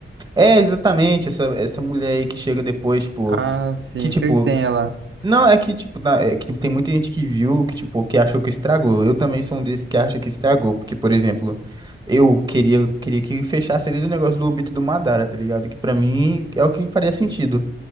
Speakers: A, on the right; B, on the right.
A: É, exatamente, essa, essa mulher aí que chega depois, tipo.
B: Ah, sim,
A: Que, tipo,
B: o que é que tem ela?
A: não, é que, tipo, na- é que tem muita gente que viu que, tipo, que achou que estragou. Eu também sou um desses que acha que estragou, porque, por exemplo, eu queria, queria que fechasse ali o negócio do Obito do Madara, tá ligado? Que pra mim é o que faria sentido.